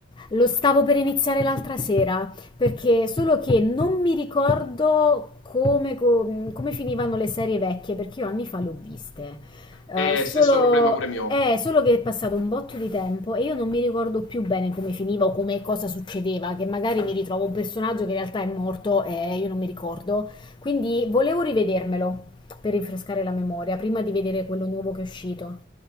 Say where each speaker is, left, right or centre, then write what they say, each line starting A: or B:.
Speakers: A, on the left; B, on the left.
A: Lo stavo per iniziare l'altra sera, perché solo che non mi ricordo come, co- come finivano le serie vecchie, perché io anni fa le ho viste. Eh,
B: È
A: solo,
B: stesso problema pure mio.
A: eh, solo che è passato un botto di tempo e io non mi ricordo più bene come finiva o come cosa succedeva, che magari mi ritrovo un personaggio che in realtà è morto e io non mi ricordo. Quindi volevo rivedermelo per rinfrescare la memoria, prima di vedere quello nuovo che è uscito.